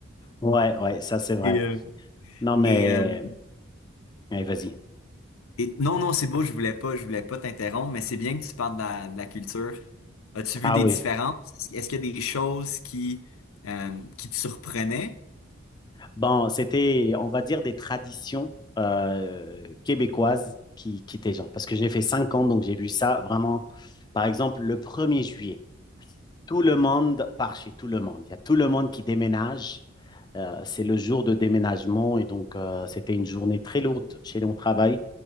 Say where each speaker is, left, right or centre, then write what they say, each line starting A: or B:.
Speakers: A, on the left; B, on the left.
A: Ouais, ouais, ça c'est vrai.
B: Et, euh,
A: Non, mais,
B: et, euh,
A: allez, vas-y.
B: Et non, non, c'est beau, je voulais pas, je voulais pas t'interrompre, mais c'est bien que tu parles de la, de la culture. As-tu vu
A: Ah
B: des
A: oui.
B: différences? Est-ce qu'il y a des choses qui, euh, qui te surprenaient?
A: Bon, c'était, on va dire, des traditions euh, québécoises qui, qui étaient genre. Parce que j'ai fait cinq ans, donc j'ai vu ça vraiment. Par exemple, le premier juillet, tout le monde part chez tout le monde. Il y a tout le monde qui déménage. Euh, c'est le jour de déménagement et donc euh, c'était une journée très lourde chez nous au travail